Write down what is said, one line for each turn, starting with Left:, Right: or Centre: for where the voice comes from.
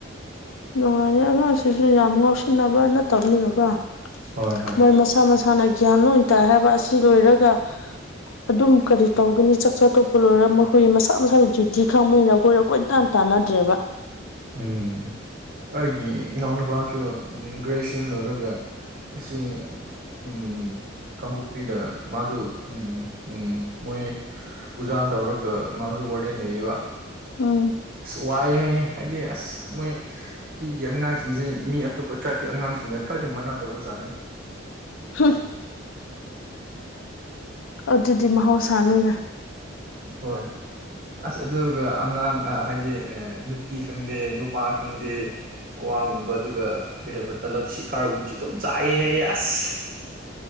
Left: ꯅꯨꯡꯉꯥꯏꯌꯦ ꯑꯉꯥꯡꯁꯤꯡꯁꯨ ꯌꯥꯝ ꯉꯥꯎꯁꯤꯟꯅꯕ ꯅꯠꯇꯕꯅꯤꯅꯀꯣ
Right: ꯍꯣꯏ ꯍꯣꯏ
Left: ꯃꯣꯏ ꯃꯁꯥ ꯃꯁꯥꯅ ꯒ꯭ꯌꯥꯟ ꯂꯣꯏ ꯇꯥꯏ ꯍꯥꯏꯕ ꯑꯁꯤ ꯂꯣꯏꯔꯒ ꯑꯗꯨꯝ ꯀꯔꯤ ꯇꯧꯒꯅꯤ ꯆꯥꯛ ꯆꯥ ꯇꯣꯛꯄ ꯂꯣꯢꯔ ꯃꯈꯣꯢꯒꯤ ꯃꯁꯥ ꯃꯁꯥꯒꯤ ꯗ꯭ꯌꯨꯇꯤ ꯈꯪꯕꯅꯤꯅꯀꯣ ꯀꯣꯏꯇꯥꯟ ꯇꯥꯟꯅꯗ꯭ꯔꯦꯕ
Right: ꯎꯝ ꯑꯩꯒꯤ ꯏꯅꯥꯎꯅꯨꯄꯥꯁꯨ ꯎꯝ ꯒ꯭ꯔꯦꯖꯨꯌꯦꯁꯟ ꯂꯣꯏꯔꯒ ꯑꯁꯤ ꯎꯝ ꯀꯥꯡꯄꯣꯛꯄꯤꯗ ꯃꯥꯗꯨ ꯎꯝ ꯎꯝ ꯃꯣꯏ ꯎꯖꯥꯅ ꯇꯧꯔꯒ ꯃꯥꯖꯨ ꯋꯥꯔꯗꯦꯟ ꯅꯩꯌꯦꯕ
Left: ꯎꯝ
Right: ꯑꯁ ꯋꯥꯏ ꯍꯥꯏꯌꯦ ꯍꯥꯏꯗꯤ ꯑꯁ ꯃꯣꯏ ꯀꯨꯀꯤꯒꯤ ꯑꯉꯥꯡꯁꯤꯡꯖꯦ ꯃꯤ ꯑꯇꯣꯞꯄ ꯇ꯭ꯔꯥꯏꯞꯀꯤ ꯑꯉꯥꯡꯁꯤꯡꯒ ꯈꯔꯗꯤ ꯃꯥꯟꯅꯗꯕꯖꯥꯠꯅꯤ
Left: ꯍꯨꯝꯐ ꯑꯗꯨꯗꯤ ꯃꯍꯧꯁꯥꯅꯤꯅꯦ
Right: ꯍꯣꯏ ꯑꯁ ꯑꯗꯨꯒ ꯑꯉꯥꯡ ꯑ ꯍꯥꯏꯗꯤ ꯑ ꯅꯨꯄꯤ ꯈꯪꯗꯦ ꯅꯨꯄꯥ ꯈꯪꯗꯦ ꯀ꯭ꯋꯥꯒꯨꯝꯕ ꯑꯗꯨꯒ ꯀꯔꯤ ꯍꯥꯏꯕ ꯇꯂꯞ ꯁꯤꯈꯥꯔꯒꯨꯝꯕꯁꯨ ꯑꯗꯨꯝ ꯆꯥꯏꯌꯦ ꯍꯥꯏꯌꯦ ꯑꯁ